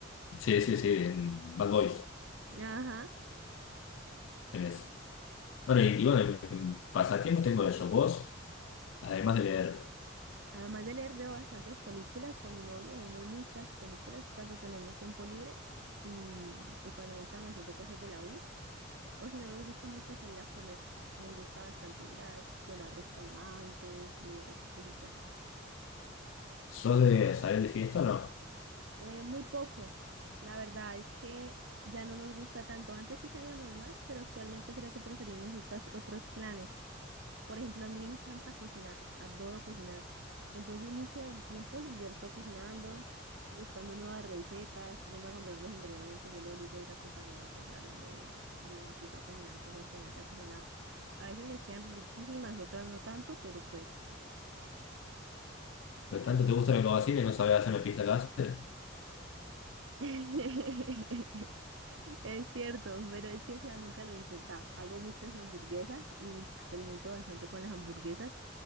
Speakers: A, on the left; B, on the right.
A: sí, sí, sí, en Bad Boys,
B: Ajá.
A: en eso. Bueno, y, y bueno, en en pasatiempos tengo eso. Vos, además de leer,
B: Además de leer, veo bastantes películas con mi novio, vemos muchas películas cuando tenemos tiempo libre y, y cuando no estamos haciendo cosas de la U. O si no, nos gusta mucho salir a comer. Nos gusta bastante ir a explorar restaurantes y ver así cositas.
A: ¿sos de salir de fiesta o no?
B: Eh, muy poco. La verdad es que ya no nos gusta tanto. Antes sí salíamos más, pero actualmente creo que preferimos otras, otros planes. Por ejemplo, a mí me encanta cocinar, adoro cocinar. Entonces mucho del tiempo lo invierto cocinando, buscando nuevas recetas, yendo a comprar los ingredientes. Yo lo obligo a ir a acompañarme a comprar ingredientes y empiezo a cocinar cosas que no haya cocinado. A veces me quedan riquísimas, otras no tanto, pero pues...
A: Pero tanto te gusta la cocina y no sabés hacer una pista casera,
B: <laughs> Es cierto, pero es que, o sea, nunca lo he intentado. Hago muchas hamburguesas y experimento bastante con las hamburguesas,